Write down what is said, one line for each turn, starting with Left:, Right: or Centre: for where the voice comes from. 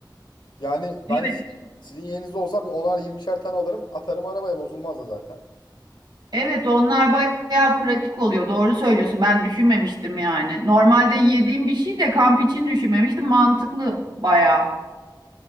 Left: Yani ben
Right: Evet
Left: s- sizin yerinizde olsam bir onar yirmişer tane alırım atarım arabaya bozulmaz da zaten.
Right: Evet onlar bayağı pratik oluyor. Doğru söylüyorsun. Ben düşünmemiştim yani. Normalde yediğim bir şey de kamp için düşünmemiştim. Mantıklı bayağı.